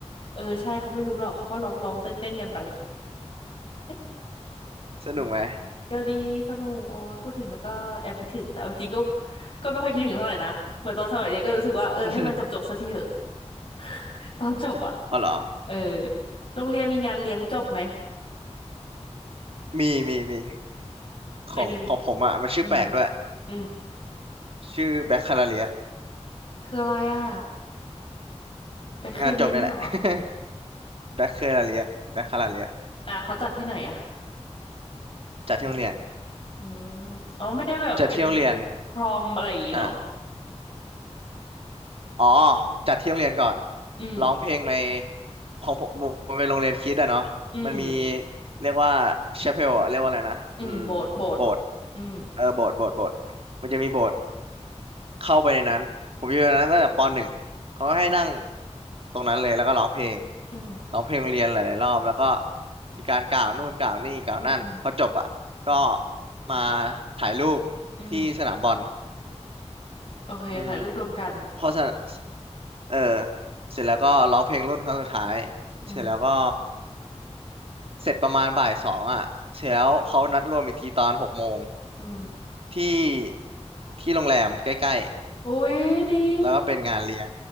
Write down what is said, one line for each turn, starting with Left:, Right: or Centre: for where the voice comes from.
Left: เออใช่เขาไม่รู้หรอกเขาก็ร้องร้องเต้นเต้นกันไป <laughs>
Right: สนุกไหม
Left: อืมก็ดีสนุกโอ้ยพูดถึงแล้วก็แอบคิดถึงแต่เอาจริงก็ก็ไม่ค่อยคิดถึงเท่าไหร่นะเหมือนตอนสมัยเรียนก็รู้สึกว่าเออให้มันจบจบสักทีเถอะ
Right: <laughs>
Left: <laughs> ตอนจบอะ
Right: อ๋อเหรอ
Left: เออโรงเรียนมีงานเลี้ยงจบไหม
Right: มีมีมีของของผมอ่ะมันชื่อแปลกด้วย
Left: เป็นอืมอืม
Right: ชื่อแบคคาลาเรียส
Left: คืออะไรอ่ะแบคเคอเรนเหรอ
Right: งานจบนี่แหละ <laughs> แบคคาลาเรียสแบคคาลาเรียส
Left: อ่ะเขาจัดที่ไหนอ่ะ
Right: จัดที่โรงเรียน
Left: อืมอ๋อไม่ได้แบบเป็น
Right: จัดที่โรงเรียน
Left: พรอมอะไรอย่างงี้เนาะ
Right: อ่าอ๋อจัดที่โรงเรียนก่อน
Left: อืม
Right: ร้องเพลงในของผมมันเป็นโรงเรียนคริสต์อะเนาะมันมี
Left: อืม
Right: เรียกว่าชาเพลเรียกว่าอะไรนะอืม
Left: อืมโบสถ์โบสถ์
Right: โบสถ์
Left: อืม
Right: เออโบสถ์โบสถ์โบสถ์มันจะมีโบสถ์เข้าไปในนั้น ผมอยู่ในนั้นตั้งแต่ปหนึ่งเขาก็ให้นั่งตรงนั้นเลยแล้วก็ร้องเพลง
Left: อืม
Right: ร้องเพลงโรงเรียนหลายๆรอบแล้วก็มีการกล่าวนู่นกล่าวนี่กล่าวนั่นพอจบอ่ะก็
Left: อืม
Right: มาถ่ายรูปที่สนามบอล
Left: อืมโอเคถ่ายรูปรวมกัน
Right: อือฮึพอสนเออเสร็จแล้วก็ร้องเพลงรุ่นครั้งสุดท้าย
Left: อืม
Right: เสร็จแล้วก็เสร็จประมาณบ่ายสองอ่ะเสร็จแล้วเขานัดรวมอีกทีตอนหกโมง
Left: อืม
Right: ที่ที่โรงแรมใกล้
Left: อุ้ยดี
Right: ๆแล้วก็เป็นงานเลี้ยง